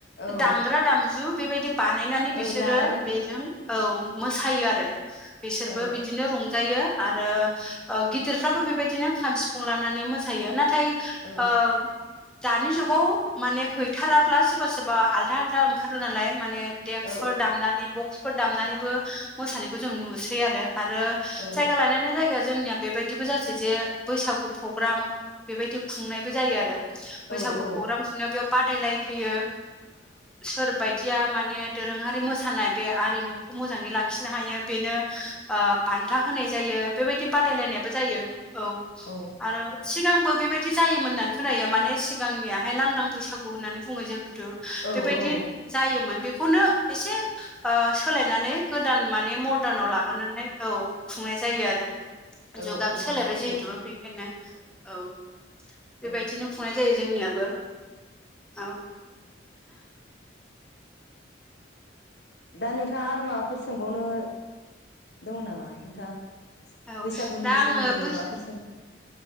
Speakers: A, on the left; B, in the centre.
A: औ
B: दामग्रा दामजु बेबायदि बानायनानै
A: औ
B: बिसोरो
A: लानानै
B: बेजों औ मोसायो आरो बिसोरबो
A: औ
B: बिदिनो रंजायो आरो गिदिरफ्राबो बेबायदिनो खाम सिफुं लानानै मोसायो नाथाय
A: औ
B: अ दानि जुगाव माने गैथाराब्ला सोरबा सोरबा आलदा आलदा ओंखारो नालाय माने देक्सफोर
A: औ
B: दामनानै बक्सफोर दामनानैबो मोसानायखौ जों नुसै आरो आरो
A: औ
B: जायगा लानानै जायगा जोंनिया बेबायदिबो जासै जे बैसागु पग्राम बेबायदि खुंनायबो जायो आरो बैसागु
A: औ औ
B: पग्राम खुंनायाव बेयाव बादायलाय होयो सोरा बायदिया माने दोरोङारि मोसानाय बे आरिमुखौ मोजाङै लाखिनो हायो बेनो ओ बान्था होनाय जायो बेबायदि बादायलायनायबो जायो। औ
A: औ
B: आरो सिगांबो बेबायदि जायोमोननानै खोनायो माने सिगांनियाहाय लांदां बैसागु होननानै बुङो जे थु
A: औ
B: बेबायदि
A: औ
B: जायोमोन बेखौनो एसे सोलायनानै गोदान माने मदारनाव लाबो लाबोनानै औ खुंनाय जायो आरो औ।
A: औ
B: जुगाबो
A: औ
B: सोलायबाय
A: औ नंगौ
B: जिहेथु बेखायनो औ।
A: औ
B: बेबायदिनो खुंनाय जायो जोंनियाबो औ।
A: दा नोंथाङा आरो माबाफोर सोंबावनो दङ नामा नोंथां?
B: औ
A: बैसागुनि
B: दा आङो
A: सोमोन्दै
B: बैसो
A: माबाफोर सोम